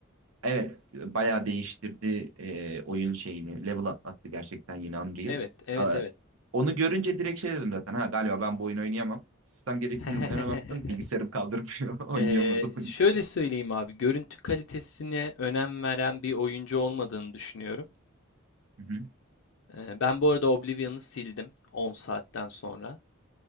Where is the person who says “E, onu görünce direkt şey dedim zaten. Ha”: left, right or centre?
Right